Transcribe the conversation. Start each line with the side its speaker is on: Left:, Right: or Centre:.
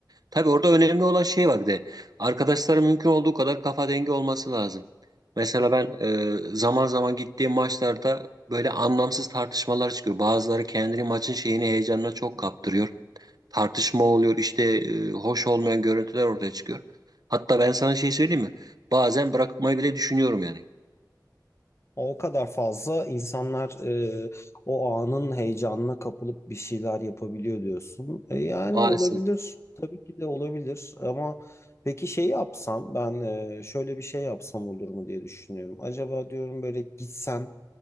Right: Tabii orada önemli olan şey var bir de. Arkadaşların mümkün olduğu kadar kafa dengi olması lazım. Mesela ben e, zaman zaman gittiğim maçlarda böyle anlamsız tartışmalar çıkıyor. Bazıları kendini maçın şeyini heyecanına çok kaptırıyor. Tartışma oluyor işte e, hoş olmayan görüntüler ortaya çıkıyor. Hatta ben sana şey söyleyeyim mi? Bazen bırakmayı bile düşünüyorum yani.
Left: O kadar fazla insanlar e, o anın heyecanına kapılıp bir şeyler yapabiliyor diyorsun. E, yani
Right: Maalesef.
Left: olabilir. Tabii ki de olabilir. Ama peki şey yapsam ben e, şöyle bir şey yapsam olur mu diye düşünüyorum. Acaba diyorum böyle gitsem